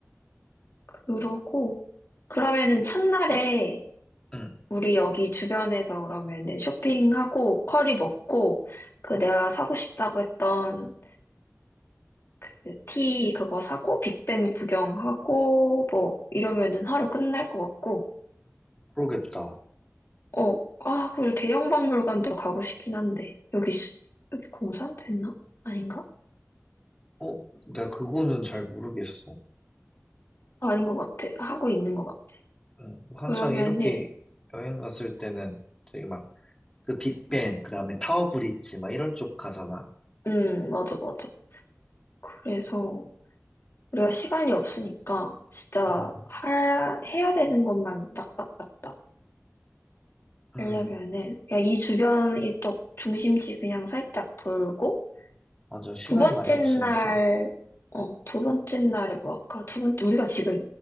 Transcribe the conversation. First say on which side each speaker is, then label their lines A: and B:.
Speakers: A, on the left; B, on the left.
A: 그러고, 그러면은 첫날에
B: 응.
A: 우리 여기 주변에서 그러면은 쇼핑하고, 커리 먹고, 그 내가 사고 싶다고 했던 그 티 그거 사고, 빅벤 구경하고, 뭐, 이러면은 하루 끝날 것 같고,
B: 그러겠다.
A: 어, 아, 그리고 대형 박물관도 가고 싶긴 한데, 여기, 수- 여기 공산됐나? 아닌가?
B: 어, 내가 그거는 잘 모르겠어.
A: 아, 아닌 것 같아. 하고 있는 것 같아.
B: 음, 한창
A: 그러면은,
B: 이렇게 여행 갔을 때는 저기 막 그 빅뱅, 그 다음에 타워 브릿지 막 이런 쪽 가잖아.
A: 음, 맞아, 맞아. 그래서, 우리가 시간이 없으니까, 진짜,
B: 음,
A: 할, 해야 되는 것만 딱딱딱딱
B: 음,
A: 하려면은, 그냥 이 주변, 이쪽 중심지 그냥 살짝 돌고,
B: 맞아. 시간이
A: 두 번째
B: 많이 없으니까.
A: 날, 어, 두 번째 날에 뭐 할까? 두 번째, 우리가 지금